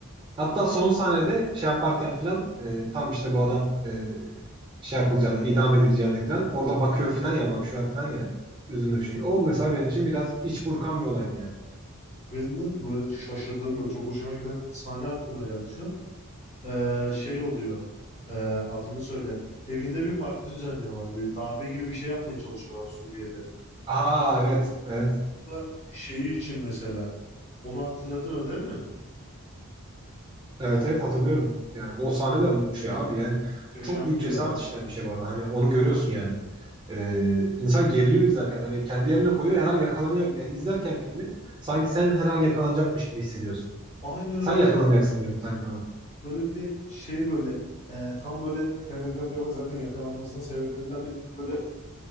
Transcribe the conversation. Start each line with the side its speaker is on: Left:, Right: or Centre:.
Right: Hatta son sahnede şey yaparken falan e, tam işte bu adam e, şey yapılacağını,
Left: Bak,
Right: idam edileceğini falan. Orada bakıyor falan ya, bak bakışıyor falan ya. Üzünlü bir şekilde. O
Left: çok
Right: mesela
Left: iyi.
Right: benim için biraz iç burkan bir olaydı yani.
Left: Benim böyle şaşırdığım böyle çok hoşuma giden sahne aklıma geldi şu an. Ee, şey oluyor. Ee, adını söyle. Evinde bir parti düzenliyorlar. Bir darbe gibi bir şey yapmaya çalışıyorlar Suriye'de.
Right: Aa evet, evet,
Left: Bu da şeyi için mesela. Onu hatırladın o değil mi?
Right: evet, evet hatırlıyorum. Yani o sahne de şey abi yani
Left: Muhteşemdi
Right: çok büyük cesaret
Left: ya.
Right: işleyen bir şey bu arada. Hani onu görüyorsun yani. Ee, insan geriliyor izlerken hani kendi yerine koyuyor her an yakalanacak. Yani izlerken filmi sanki sen her an yakalanacakmış gibi hissediyorsun.
Left: Aynen
Right: Sen
Left: öyle
Right: yakalanacaksın
Left: yani.
Right: gibi sanki ona.
Left: Böyle bir de şey böyle e, tam böyle telgraf yapar zaten yakalanmasının sebeplerinden biri de böyle